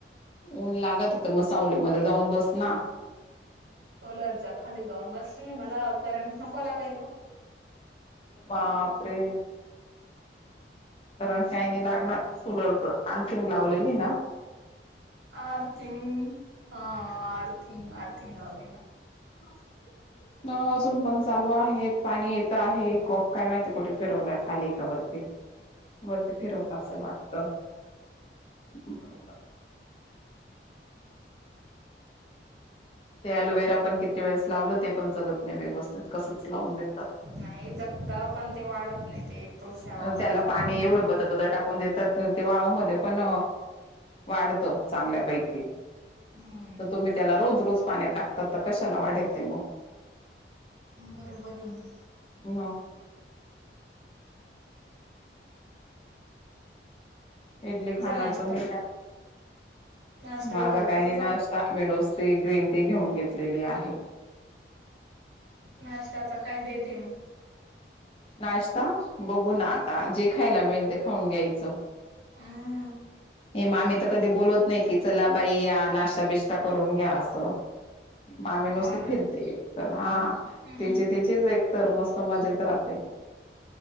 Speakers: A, on the left (about 30°); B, on the right (about 75°).
A: ऊन लागते म सावलीमध्ये जाऊन बस ना
B: सोलरच्या खाली जाऊन बसली मला करंट नको लागायला
A: बापरे कारण काहीने लागणार सोलर अर्थिंग लावलेली ना
B: अर्थिंग हा अर्थिंग, अर्थिंग लावली ना
A: हा अजून पण चालू आहेत पाणी येतं आहे कॉक काय माहिती कुठे फिरवलाय खालीआहे का वररती वरती फिरवलं असल वाटत बरोबर ते अलोवेरा पण किती वेळेस लावलं ते पण जगत नाही व्यवस्थित कसंच लावून देतात
B: नाही जमता पण ते वाढत नाही ते तोशा
A: त्याला
B: बांध्यामध्ये
A: पाणी
B: ना
A: एवढं बद, बद टाकून देतात ते वाळूमध्येध्ये पण वाढत चांगल्यापैकी
B: हम्म.
A: तर तुम्ही त्याला रोज, रोज पाणी टाकतात तर कशाला वाढेल ते मग
B: बरोबर आहे
A: ह इडली
B: तुझा
A: खानार
B: नाश्ता
A: तर मी
B: नाश्ता
A: माझा
B: झाला
A: काही
B: का
A: नाही
B: तुझा
A: नाशता मी नुसती ग्रीन टी घेऊन घेतलेली आहे
B: नाश्ताचा काय बेत मग
A: नाश्ता बघू ना आता जे खायला मिळेल ते खाऊन घ्यायचं
B: हम्म
A: हे मामी तर कधी बोलत नाही की चला बाई या नाश्ता बिश करून घ्या असं मामी नुसती
B: हो ना
A: फिरते एक तर हा
B: हम्म
A: तिची तिचीच एक तर मस्त मजेत राहते.